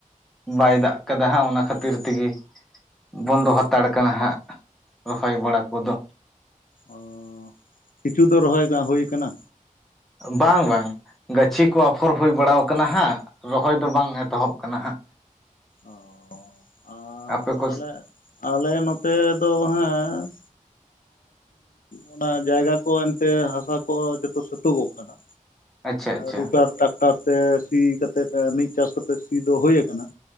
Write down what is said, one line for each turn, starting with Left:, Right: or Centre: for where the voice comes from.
Centre: ᱵᱟᱭ ᱫᱟᱜ ᱠᱟᱫᱟ ᱦᱟᱸᱜ ᱚᱱᱟ ᱠᱷᱟᱹᱛᱤᱨ ᱛᱤᱜᱤ ᱾ ᱵᱚᱱᱫᱚ ᱦᱟᱛᱟᱲ ᱠᱟᱱᱟ ᱦᱟᱸᱜ ᱨᱚᱦᱚᱭ ᱵᱟᱲᱟ ᱠᱚ ᱫᱚ ᱾
Left: ᱚ ᱠᱤᱪᱷᱩ ᱫᱚ ᱨᱚᱦᱚᱭ ᱵᱟᱝ ᱦᱩᱭ ᱠᱟᱱᱟ?
Centre: ᱵᱟᱝ ᱵᱟᱝ ᱜᱟᱹᱪᱷᱤ ᱠᱚ ᱟᱯᱷᱚᱨ ᱦᱩᱭ ᱵᱟᱲᱟ ᱟᱠᱟᱱᱟ ᱦᱟᱸᱜ ᱾ ᱨᱚᱦᱚᱭ ᱫᱚ ᱵᱟᱝ ᱮᱛᱚᱦᱚᱵ ᱠᱟᱱᱟ ᱦᱟᱸᱜ
Left: ᱚ ᱟᱨ
Centre: ᱟᱯᱮ ᱠᱚ
Left: ᱟᱞᱮ
Centre: ᱼᱼ
Left: ᱟᱞᱮ ᱱᱚᱛᱮ ᱫᱚ ᱦᱮᱸᱼᱼ ᱚᱱᱟ ᱡᱟᱭᱜᱟ ᱠᱚ ᱮᱱᱛᱮ ᱦᱟᱥᱟ ᱠᱚ ᱡᱚᱛᱚ ᱥᱟᱹᱛᱩᱳᱜᱚᱜ ᱠᱟᱱᱟ
Centre: ᱟᱪᱪᱷᱟ ᱟᱪᱪᱷᱟ
Left: ᱨᱩᱴᱟᱨ ᱴᱟᱠᱴᱟᱨ ᱛᱮ ᱥᱤ ᱠᱟᱛᱮᱜ ᱢᱤᱫ ᱪᱟᱥ ᱠᱟᱛᱮᱜ ᱥᱤ ᱫᱚ ᱦᱩᱭ ᱟᱠᱟᱱᱟ